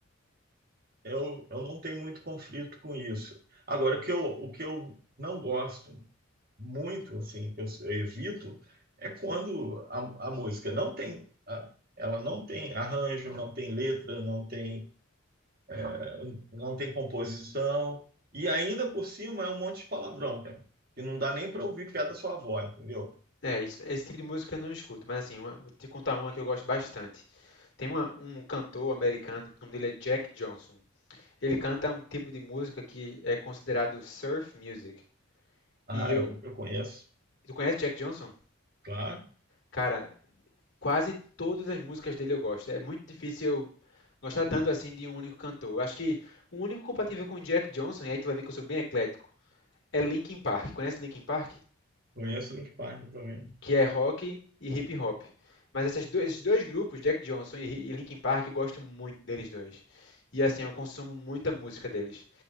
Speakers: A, on the right (about 45°); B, on the left (about 55°).
A: Eu, eu não tenho muito conflito com isso. Agora, o que eu, o que eu não gosto muito, assim, que eu, eu evito, é quando a, a música não tem, ah, ela não tem arranjo, não tem letra, não tem, eh, não tem composição, e ainda por cima é um monte de palavrão, cara, que não dá nem para ouvir piada da sua avó, entendeu?
B: É, isso- esse tipo de música eu não escuto, mas assim, uma- vou te contar uma que eu gosto bastante. Tem uma- um cantor americano, o nome dele é Jack Johnson. Ele canta um tipo de música que é considerado surf music.
A: Ah,
B: E eu,
A: eu, eu conheço,
B: tu conhece Jack Johnson?
A: claro,
B: Cara, quase todas as músicas dele eu gosto. É muito difícil eu gostar tanto assim de um único cantor. Acho que o único compatível com Jack Johnson, e aí tu vai ver que eu sou bem eclético, é Linkin Park. Conhece Linkin Park?
A: conheço o Link Park também.
B: que é rock e hip hop. Mas essas do- esses dois grupos, Jack Johnson e, e Linkin Park, eu gosto muito deles dois. E assim, eu consumo muita música deles.